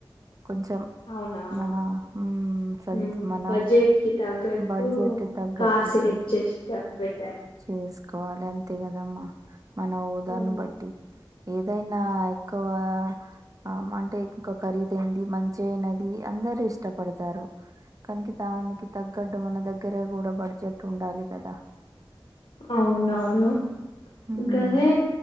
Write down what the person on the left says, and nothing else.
అవునవును
ఉమ్
బడ్జెట్ కి తగ్గట్టు
కార్ సెలెక్ట్
చేస్టం బెటర్
ఉమ్,
అవునవును
ఇంకనే